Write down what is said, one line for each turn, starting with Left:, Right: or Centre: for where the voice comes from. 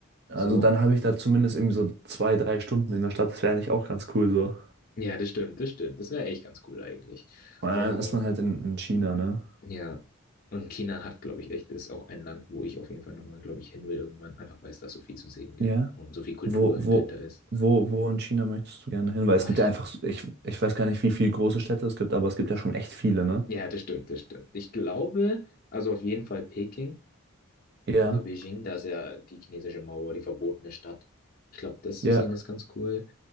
Right: Also
Left: So,
Right: dann habe ich da zumindest irgendwie so zwei, drei Stunden in der Stadt. Das wäre eigentlich auch ganz cool so.
Left: ja, das stimmt, das stimmt. Das wäre echt ganz cool eigentlich.
Right: Und
Left: Und
Right: dann ist man halt in, in China, ne?
Left: Ja, und China hat, glaube ich, echt, ist auch ein Land, wo ich auf jeden Fall nochmal, glaube ich, hin will irgendwann, einfach weil es da so viel zu sehen gibt
Right: Ja.
Left: und so viel Kultur
Right: Wo, wo,
Left: dahinter ist.
Right: wo, wo in China möchtest du gerne hin? Weil
Left: Oh,
Right: es gibt
Left: ich,
Right: ja einfach, so- ich, ich weiß gar nicht, wie viele große Städte es gibt, aber es gibt ja schon echt viele, ne?
Left: ja, das stimmt, das stimmt. Ich glaube, also auf jeden Fall Peking,
Right: Ja,
Left: also Beijing, da ist ja die chinesische Mauer, die verbotene Stadt. Ich glaube, das
Right: ja,
Left: zu sehen ist ganz cool.